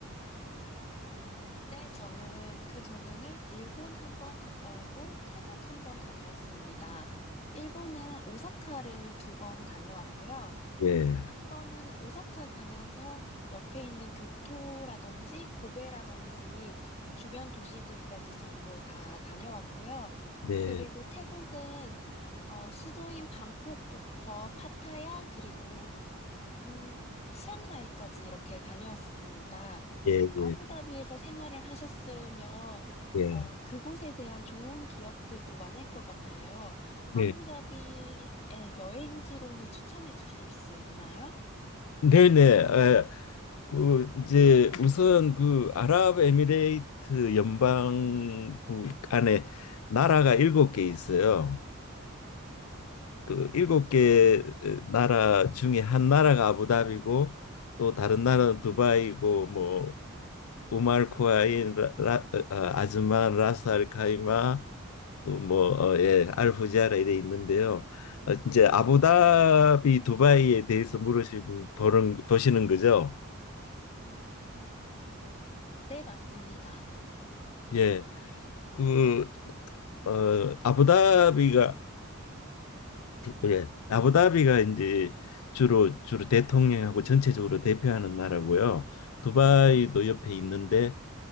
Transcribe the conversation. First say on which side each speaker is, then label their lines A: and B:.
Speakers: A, on the left (about 30°); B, on the left (about 80°).
A: 네, 저는 그 전에는 일본 한 번 갔다 오고 태국 한 번 다녀왔습니다. 일본은 오사카를 두 번 다녀왔고요.
B: 예,
A: 한 번은 오사카 가면서 옆에 있는 교토라든지 고베라든지 주변 도시들까지 전부 다 다녀왔고요.
B: 네,
A: 그리고 태국은 어, 수도인 방콕부터 파타야 그리고 음, 치앙마이까지 이렇게 다녀왔습니다.
B: 예,
A: 아부다비에서
B: 예,
A: 생활을 하셨으면,
B: 예,
A: 어, 그곳에 대한 좋은 기억들도 많을 것 같아요. 아부다비의
B: 예.
A: 여행지로는 추천해 주실 수 있나요?
B: 네, 네. 에, 그 이제 우선 그 아랍에미레이트 연방국 안에 나라가 일곱 개 있어요. 그 일곱 개 나라 중에 한 나라가 아부다비고 또 다른 나라는 두바이고 뭐 우말 쿠아인, 라, 라, 아, 아즈만, 라스 알 카이마, 또 뭐, 어, 예, 알후지아라 이래 있는데요. 어, 이제 아부다비 두바이에 대해서 물으시는 보는 보시는 거죠.
A: 네, 맞습니다.
B: 예, 그 어, 아부다비가 예, 아부다비가 이제 주로 주로 대통령하고 전체적으로 대표하는 나라고요. 두바이도 옆에 있는데